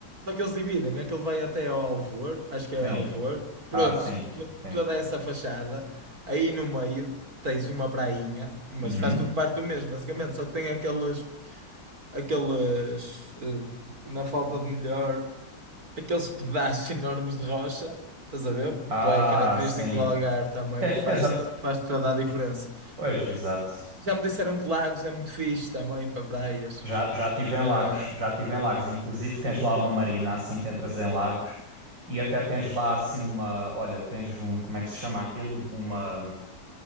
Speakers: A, on the right; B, on the right.
A: só que eles dividem, aquele vai até ao Alvor, acho
B: Sim.
A: que é Alvor,
B: Ah,
A: pronto,
B: sim.
A: to-
B: Sim.
A: toda essa fachada, aí no meio tens uma prainha, mas
B: Uhum.
A: faz tudo parte do mesmo, basicamente, só que tem aqueles, aqueles, eh, na falta de melhor aqueles pedaços enormes de rocha, estás a ver?
B: Ah,
A: Bué característico
B: sim.
A: do Algarve também,
B: Te-
A: que
B: Tens
A: faz,
B: a.
A: que faz toda a diferença.
B: Pois, exato.
A: Já me disseram que Lagos é muito fixe também para praias.
B: Já, já estive em
A: Eh,
B: Lagos, já estive em Lagos. Inclusive tens lá uma marina assim que entras em Lagos e até tens lá assim uma, olha, tens um, como é que se chama aquilo? Uma,